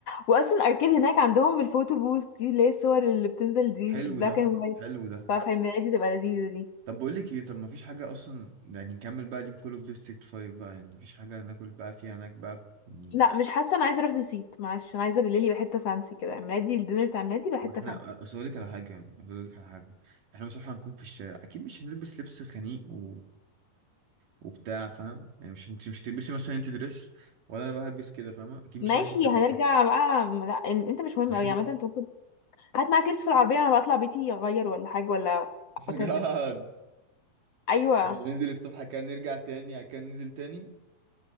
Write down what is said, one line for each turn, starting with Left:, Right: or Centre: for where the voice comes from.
Left: واصلا اركيد هناك عندهم الفوتو بوث دي اللي هي الصور اللي بتنزل دي
Right: حلو
Left: البلاك
Right: ده
Left: اند وايت
Right: حلو ده
Left: ففي الميلاد دي تبقى لذيذة دي
Right: طب بقول لك ايه طب ما فيش حاجه اصلا يعني نكمل بقى اليوم كله في ديستريكت 5 بقى يعني مفيش حاجه ناكل بقى فيها هناك بقى يعني
Left: لا مش حاسة انا عايزة اروح دوسيت معلش انا عايزة بالليل يبقى حتة فانسي كده ميلادي الدينر بتاع ميلادي يبقى
Right: ما
Left: حتة
Right: احنا
Left: فانسي
Right: اصل اقول لك على حاجه اقول لك على حاجه احنا مش هنكون في الشارع اكيد مش هنلبس لبس خنيق و... وبتاع فاهم يعني مش انت مش تلبسي مثلا انت دريس ولا انا بقى هلبس كده فاهمه اكيد مش
Left: ماشي
Right: هننزل كام
Left: هنرجع
Right: الصبح
Left: بقى لا إن- انت مش مهم
Right: احنا
Left: قوي عامة انت ممكن هات معاك لبس في العربية انا بطلع بيتي اغير ولا حاجة ولا
Right: <laughs> بجد
Left: whatever ايوه
Right: اللي ننزل الصبح كان نرجع تاني كان ننزل تاني